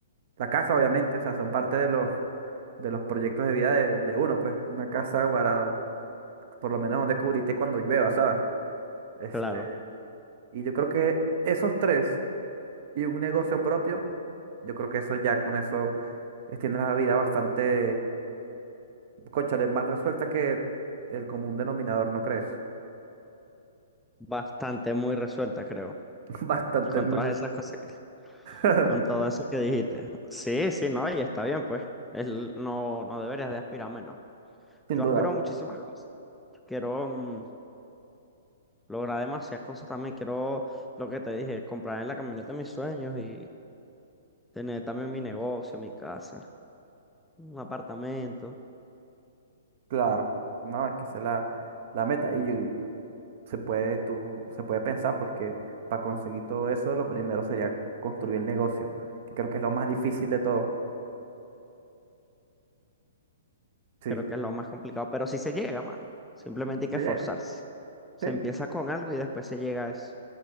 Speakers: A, on the right; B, in the centre.
A: La casa, obviamente, o sea, son parte de los, <laughs> de los proyectos de vida de, de uno, pues. Una casa guardada, por lo menos donde cubrirte cuando llueva, ¿sabes? Este,
B: Claro,
A: y yo creo que esos tres y un negocio propio, yo creo que eso ya con eso extiende la vida bastante, cónchale, más resuelta que el común denominador, ¿no crees?
B: bastante muy resuelta, creo.
A: <laughs> Bastante
B: Con
A: muy
B: todas
A: resuelta,
B: esas cosas que...
A: <laughs>
B: Con todo eso que dijiste. Sí, sí, no, y está bien, pues. Es l- no, no deberías de aspirar menos.
A: sin
B: Yo aspiro
A: duda.
B: a muchísimas cosas. Yo quiero mm, lograr demasiadas cosas también. Quiero, lo que te dije, comprar la camioneta de mis sueños y... Tener también mi negocio, mi casa, un apartamento.
A: Claro, no, es que esa es la, la meta. Y, yo- y se puede, tú, se puede pensar pues que para conseguir todo eso, lo primero sería construir el negocio, que creo que es lo más difícil de todo. Sí,
B: Creo que es lo más complicado, pero sí se llega, mano. Simplemente hay que
A: sería
B: esforzarse. Se
A: sí,
B: empieza con algo y después se llega a eso.